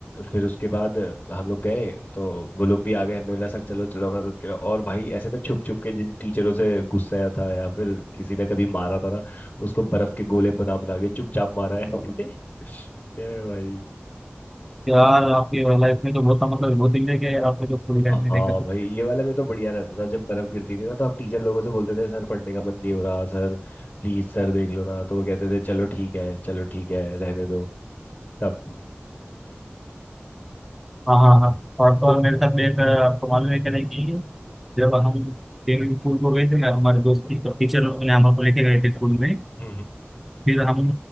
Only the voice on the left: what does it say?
फिर उसके बाद हम लोग गए तो वो लोग भी आ गए हमने बोला सर चलो चलो हमारे साथ खेलो और भाई ऐसे ना छुप छुप के जिन टीचरों से गुस्साया था या फिर किसी ने कभी मारा था ना उसको बर्फ के गोले बना बना के चुपचाप मारा है <laughs> ए भाई
हाँ
भाई ये वाला में तो बढ़िया रहता था जब बर्फ गिरती थी ना तो हम टीचर लोगों से बोलते थे सर पढ़ने का मन नहीं हो रहा सर प्लीज सर देख लो ना तो वो कहते थे चलो ठीक है चलो ठीक है रहने दो तब
तो
हम्म